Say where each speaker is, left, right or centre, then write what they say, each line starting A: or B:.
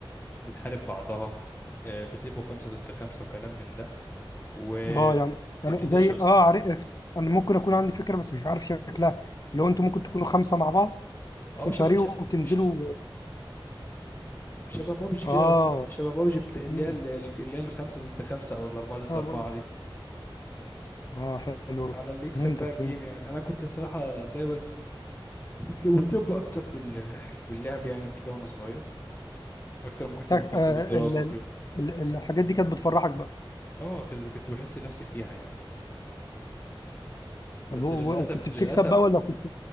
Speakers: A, on the left; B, on the left.
A: بتحارب بعضها آه، بتبقوا خمسة ضد خمسة وكلام من ده وبتبتدي
B: اه يعني يعني زي
A: الشخص
B: اه عارف انا ممكن اكون عندي فكره بس مش عارف شكلها لو انتوا ممكن تكونوا خمسه مع بعض في
A: اه
B: فريق
A: شبه ش-
B: وتنزلوا
A: ش- شبه بابجي كده
B: اه
A: لو ت- شبه بابجي بتا...
B: مم.
A: اللي هي ال- ال- اللي هي الخمسة ضد خمسة أو الأربعة ضد
B: اه
A: أربعة
B: بقول.
A: دي
B: اه حلو
A: على اللي يكسب
B: فهمتك
A: بقى الجيم
B: فهمتك
A: يعني أنا كنت الصراحة دايما كنت مهتم أكتر بال... باللعب يعني وكده وأنا صغير أكتر ما كنت
B: تك...
A: مهتم
B: آه
A: بالدراسة
B: ال... ال...
A: وكده
B: ال- الحاجات دي كانت بتفرحك بقى
A: اه كده كنت بحس نفسي فيها يعني
B: طب
A: بس
B: و-
A: للأسف
B: و- وكنت بتكسب
A: للأسف
B: بقى ولا كنت